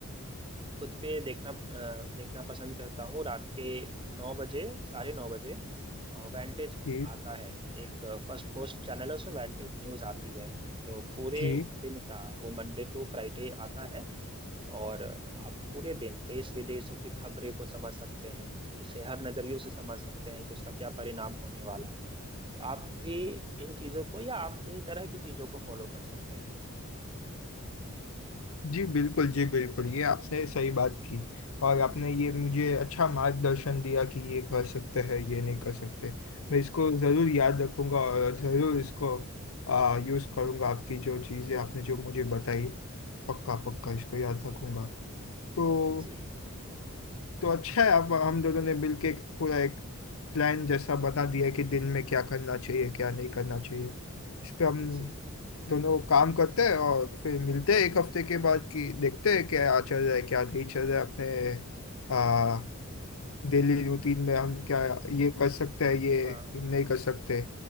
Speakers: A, on the right (about 25°); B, on the left (about 65°).
A: खुद पे देखना अ, देखना पसंद करता हूँ रात के नौ बजे साढ़े नौ बजे वेंटेज
B: जी
A: आता है एक फर्स्ट पोस्ट चैनल है उसमें वेंटेज न्यूज आती है जो पूरे
B: जी
A: दिन का वो मंडे टू फ्राइडे आता है और आप पूरे दिन देश विदेशों की खबरें को समझ सकते हैं उसे हर नजरियों से समझ सकते हैं कि उसका क्या परिणाम होने वाला है तो आप भी इन चीजों को या आप इन तरह की चीजों को फॉलो कर सकते हैं
B: जी बिल्कुल जी बिल्कुल ये आपने सही बात की और आपने ये मुझे अच्छा मार्गदर्शन दिया कि ये कर सकते हैं ये नहीं कर सकते मैं इसको ज़रूर याद रखूंगा और ज़रूर इसको आ, यूज़ करूंगा आपकी जो चीज़ें आपने जो मुझे बताई पक्का पक्का इसको याद रखूंगा तो
A: जी
B: तो अच्छा है आप हम दोनों ने मिलके एक पूरा एक प्लान जैसा बना दिया है कि दिन में क्या करना चाहिए क्या नहीं करना चाहिए इस पे हम
A: जी
B: दोनों काम करते हैं और फिर मिलते हैं एक हफ्ते के बाद कि देखते हैं क्या चल रहा है क्या नहीं चल रहा है अपने आ, डेली रूटीन में हम क्या ये कर सकते हैं ये
A: हाँ
B: नहीं कर सकते